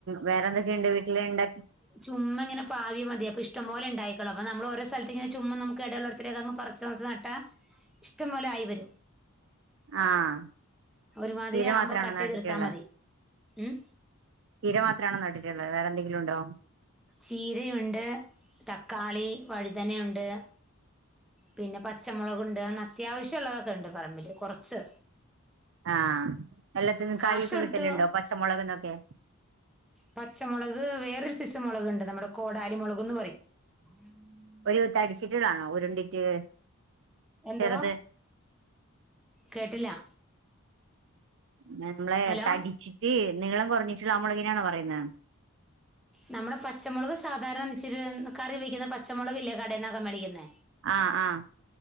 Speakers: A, on the right; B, in the centre.
A: വേറെ എന്തൊക്കെയുണ്ട് വീട്ടില് ഇണ്ടകി.
B: ചുമ്മാങ്ങനെ പാവ്യാ മതി അപ്പൊ ഇഷ്ടം പോല ഇണ്ടായിക്കോളും. അപ്പൊ നമ്മൾ ഓരോ സ്ഥലത്തി ഇങ്ങനെ ചുമ്മാ നമുക്ക് എട ഇള്ളോട്ത്തിലോക്ക അങ്ങ് പറിച്ച്റിച്ച് നട്ടാ ഇഷ്ടം പോലെ ആയി വരും.
A: ആഹ്
B: ഒരുമാതിരി
A: ചീര
B: ആവുമ്പോ
A: മാത്രാണോ
B: കട്ട്
A: നട്ടിട്ടുള്ളേ?
B: ചെയ്തെടുത്താ മതി ഉം
A: ചീര മാത്രമാണോ നട്ടിട്ടുള്ളേ വേറെന്തെങ്കിലും ഉണ്ടോ?
B: ചീരയുണ്ട്, തക്കാളി, വഴുതനയുണ്ട്. പിന്നെ പച്ചമുളകുണ്ട് അങ്ങനെ അത്യാവശ്യം ഉള്ളതൊക്കെ ഉണ്ട് പറമ്പില്. കുറച്ച്
A: ആഹ് എല്ലാത്തിന്നും
B: കാശ്
A: കായൊക്കെ
B: കൊടുത്തു
A: കിട്ടലുണ്ടോ പച്ചമുളക്ന്നൊക്കെ?
B: പച്ചമുളക് വേറൊരു സിസം മുളകുണ്ട് നമ്മള് കോടാലി മുളക്ന്ന് പറയും. <inaudible>
A: ഒരുത്ത് അടിച്ചിട്ട്ളാണോ ഉരുണ്ടിട്ട്
B: എന്തോ
A: ചെറുത്.
B: കേട്ടില്ല.
A: നമ്മളേ
B: ഹലോ
A: തടിച്ചിട്ട് നീളം കുറഞ്ഞിട്ടുള്ള ആ മൊളകിനെയാണോ പറയുന്നേ.
B: നമ്മുടെ പച്ചമുളക് സാധാരണ ഇച്ചിരി കറി വെിക്കുന്ന പച്ചമുളകിലേ കടയിൽന്നൊക്കെ മേടിക്കുന്ന.
A: ആ ആ